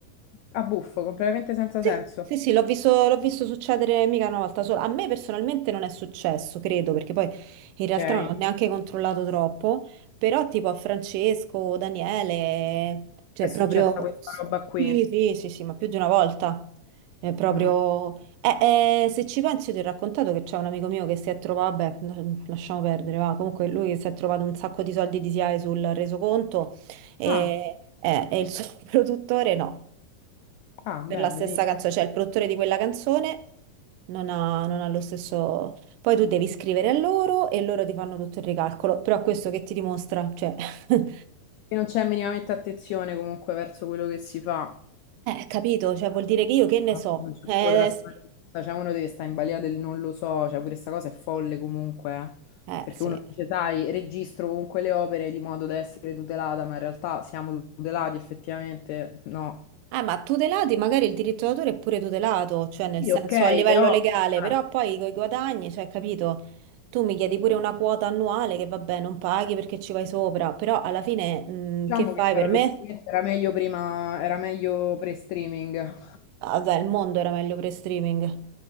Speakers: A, on the left; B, on the right.
A: A buffo, completamente senza
B: Sì,
A: senso.
B: sì, sì, l'ho visto, l'ho visto succedere mica una volta sola. A me personalmente non è successo, credo, perché poi in realtà
A: Ok.
B: non ho neanche controllato troppo, però tipo a Francesco, Daniele, cioè
A: È successa
B: proprio...
A: questa roba qui.
B: Sì, sì, sì, sì, ma più di una volta. È proprio...
A: Mm.
B: Eh, eh, se ci pensi, io ti ho raccontato che c'è un amico mio che si è trovato, vabbè, n- lasciamo perdere, va. Comunque lui si è trovato un sacco di soldi di SIAE sul resoconto e,
A: Ah,
B: eh, e il suo <laughs> produttore no
A: ah,
B: per
A: beh,
B: la stessa
A: benissimo.
B: canzone, cioè il produttore di quella canzone non ha, non ha lo stesso... Poi tu devi scrivere a loro e loro ti fanno tutto il ricalcolo, però questo che ti dimostra, cioè, <laughs> eh,
A: Qui non c'è minimamente attenzione comunque verso quello che si fa.
B: capito, cioè vuol dire che io che ne
A: Ah,
B: so,
A: Non c'è
B: eh,
A: proprio trasparenza.
B: s-
A: Cioè, uno deve stare in balia del non lo so. Cioè, pure questa cosa è folle comunque. eh.
B: eh,
A: Perché
B: sì.
A: uno dice, dai, registro comunque le opere di modo da essere tutelata, ma in realtà siamo tutelati effettivamente. No.
B: Eh, ma tutelati magari il diritto d'autore è pure tutelato, cioè nel
A: Sì,
B: senso
A: ok,
B: a livello
A: però
B: legale,
A: eh,
B: però poi con i guadagni, cioè, capito? Tu mi chiedi pure una quota annuale che vabbè, non paghi perché ci vai sopra, però alla fine, mh,
A: diciamo
B: che fai
A: che paradossalmente
B: per me?
A: era meglio prima, era meglio pre-streaming.
B: Ah, Vabbè, il mondo era meglio pre-streaming,